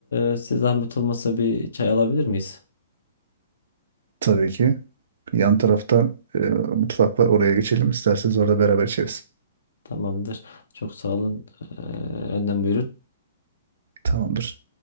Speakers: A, on the left; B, on the right.
A: e, size zahmet olmasa bir çay alabilir miyiz?
B: Tabii ki. Yan tarafta e, mutfak var. Oraya geçelim. İsterseniz orada beraber içeriz.
A: Tamamdır. Çok sağ olun. Ee, önden buyurun.
B: Tamamdır.